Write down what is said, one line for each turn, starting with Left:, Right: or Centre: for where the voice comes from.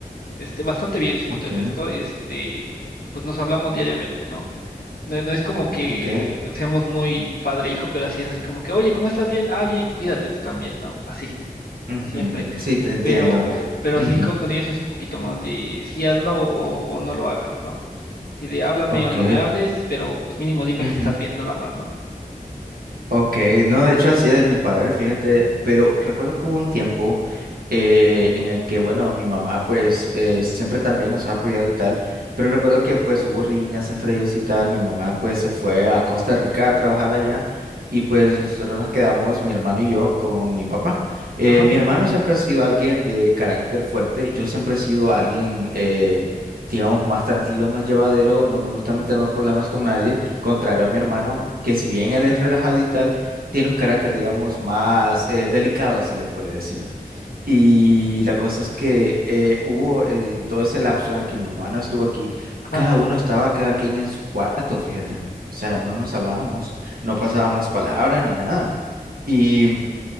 Left: Este, bastante bien, siéndote
Right: Ok,
Left: honesto. Este, pues nos hablamos diariamente, ¿no? No, no es como que
Right: ok.
Left: seamos muy padre e hijo, pero así es así como que, oye, ¿cómo estás? Bien, ah, bien, cuídate tú también, ¿no? Así,
Right: Ujú,
Left: siempre.
Right: ujú, Sí, te entiendo.
Left: Pero, pero
Right: Ujú,
Left: sí con, con ellos es un poquito más de si hazlo o, o no lo hagas, ¿no? Si de háblame
Right: Ok.
Left: o no me hables, pero pues mínimo dime
Right: ujú.
Left: que estás bien nada más, ¿no?
Right: Ok, no, de hecho así es mi padre, fíjate, pero recuerdo que hubo un tiempo eh, en el que, bueno, mi mamá pues eh, siempre también nos ha apoyado y tal, pero recuerdo que pues hubo riñas entre ellos y tal, mi mamá pues se fue a Costa Rica a trabajar allá y pues nosotros nos quedamos, mi hermano y yo, con mi papá. Eh,
Left: Ajá,
Right: mi hermano siempre ha sido alguien de carácter fuerte, yo siempre he sido alguien, eh, digamos, más tranquilo, más llevadero, no me gusta meterme en problemas con nadie contrario a mi hermano, que si bien él es relajado y tal, tiene un carácter, digamos, más eh, delicado, se le puede decir. Y la cosa es que eh, hubo eh, en todo ese lapso en el que mi mamá no estuvo aquí,
Left: ajá,
Right: cada uno estaba, cada quien en su cuarto, fíjate. O sea, no nos hablábamos, no pasábamos palabra ni nada. Y mm,